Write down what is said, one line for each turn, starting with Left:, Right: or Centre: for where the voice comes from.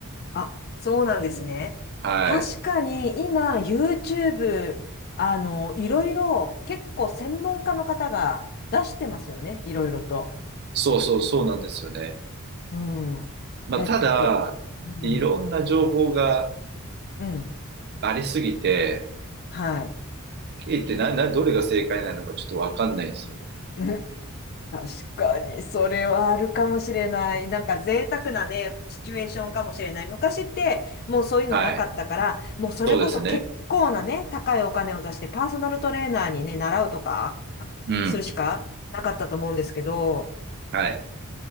Left: あ、そうなんですね。
Right: はい。
Left: 確かに今、YouTube、あの、いろいろ結構専門家の方が出してますよね、いろいろと。
Right: そうそうそうなんですよね。
Left: うん。
Right: まあ、
Left: だって、
Right: ただ、
Left: うん。
Right: いろんな情報が
Left: うん。
Right: ありすぎて、
Left: はい。
Right: 聞いてな、な、どれが正解なのかちょっとわかんないんですよね。
Left: <laughs> 確かに、それはあるかもしれない。なんか贅沢なね、シチュエーションかもしれない。昔って、もうそういうのなかったから、
Right: はい。
Left: もうそれこそ結構なね、
Right: そうですね。
Left: 高いお金を出して、パーソナルトレーナーにね、習うとか、
Right: うん。
Left: するしかなかったと思うんですけど、
Right: はい。